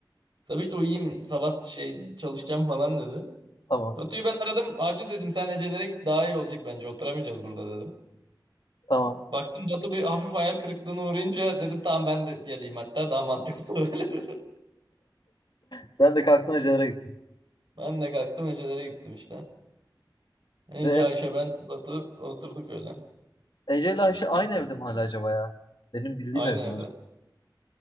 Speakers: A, on the right (about 75°); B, on the left (about 75°).
A: Sabiş de uyuyayım. Sabah şey çalışacağım falan dedi.
B: tamam.
A: Batu'yu ben aradım. Acil dedim sen Ecelere git daha iyi olacak bence. Oturamayacağız burada dedim.
B: Tamam.
A: Baktım Batu bir hafif hayal kırıklığına uğrayınca dedim tamam ben de geleyim hatta daha mantıklı olur <laughs> öyle dedim.
B: Sen de kalktın Ece'lere gittin.
A: Ben de kalktım Ece'lere gittim işte. Ece,
B: Ee,
A: Ayşe, ben, Batu oturduk öyle.
B: Ece ile Ayşe aynı evde mi hala acaba ya? Benim bildiğim
A: Aynı
B: evde
A: evde.
B: mi acaba?